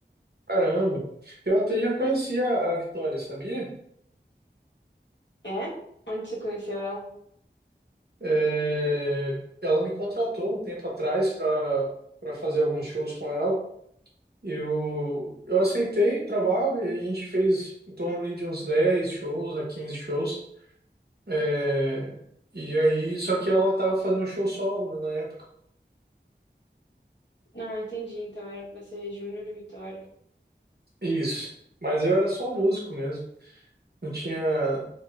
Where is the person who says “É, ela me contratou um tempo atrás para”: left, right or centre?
Right